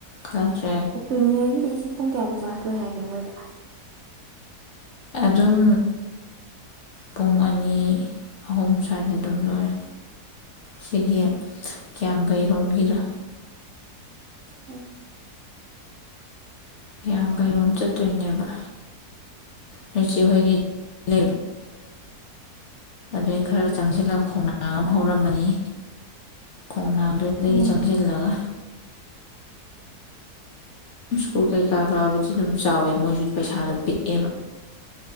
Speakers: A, on the left (about 60°); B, on the right (about 75°).
A: ꯈꯔ ꯆꯠ
B: ꯑꯣ ꯄꯦꯃꯤꯌꯥꯔꯒꯤꯁꯤ ꯄꯨꯡ ꯀꯌꯥꯗ ꯀ꯭ꯂꯥꯁ ꯂꯣꯏ ꯍꯥꯏꯒꯦ ꯃꯣꯏꯗ
A: ꯑꯗꯨꯝ ꯄꯨꯡ ꯑꯅꯤ ꯑꯍꯨꯝ ꯁ꯭ꯋꯥꯏꯗ ꯑꯗꯨꯝ ꯂꯣꯏꯔꯦ ꯁꯤꯒꯤ ꯀꯌꯥꯝ ꯀꯩꯔꯣꯝꯒꯤꯗꯣ
B: ꯎꯝ
A: ꯀꯌꯥꯝꯒꯩꯔꯣꯝ ꯆꯠꯇꯣꯏꯅꯦꯕ ꯅꯣꯏꯆꯦ ꯍꯣꯏꯒꯤ ꯂꯩꯂꯦꯞ ꯑꯗꯩ ꯈꯔ ꯆꯪꯁꯤꯜꯂꯒ ꯈꯣꯡꯅꯥꯡ ꯑꯃ ꯍꯧꯔꯝꯃꯅꯤ ꯈꯣꯡꯅꯥꯡꯗꯨꯗꯒꯤ
B: ꯎꯝ
A: ꯆꯪꯁꯤꯜꯂꯒ ꯃꯨꯁꯀꯣ ꯀꯩ ꯀꯥꯒꯕ ꯁꯤ ꯑꯗꯨꯝ ꯆꯥꯎꯋꯦ ꯃꯣꯏꯁꯨ ꯄꯩꯁꯥꯗꯣ ꯄꯤꯛꯑꯦꯕ